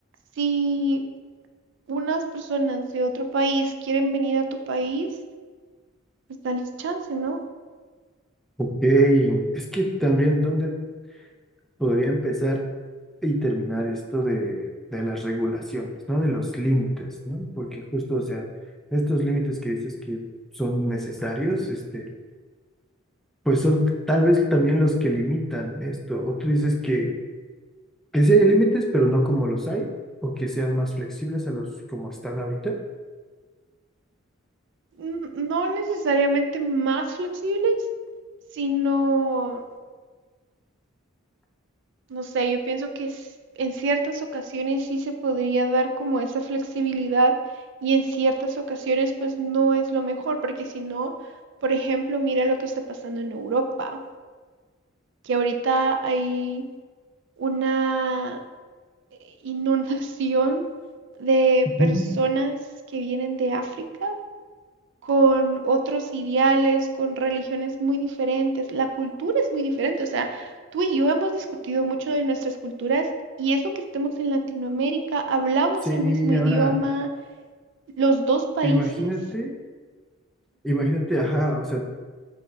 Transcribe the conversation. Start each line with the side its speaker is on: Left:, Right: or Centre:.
Right: si unas personas de otro país quieren venir a tu país, pues dales chance, ¿no?
Centre: Ok, es que también, ¿dónde podría empezar y terminar esto de, de las regulaciones, ¿no? De los límites, ¿no? Porque justo, o sea, estos límites que dices que son necesarios, este, pues son tal vez también los que limitan esto. O tú dices que, que sí hay límites, pero no como los hay, o que sean más flexibles a los como están ahorita.
Right: N- No necesariamente más flexibles, sino, no sé, yo pienso que s- en ciertas ocasiones sí se podría dar como esa flexibilidad y en ciertas ocasiones pues no es lo mejor, porque si no, por ejemplo, mira lo que está pasando en Europa, que ahorita hay una eh, inundación de personas
Centre: Ujú.
Right: que vienen de África con otros ideales, con religiones muy diferentes. La cultura es muy diferente. O sea, tú y yo hemos discutido mucho de nuestras culturas y eso que estemos en Latinoamérica, hablamos
Centre: Sí,
Right: el mismo idioma,
Centre: ahora
Right: los dos países.
Centre: imagínate, imagínate, ajá, o sea,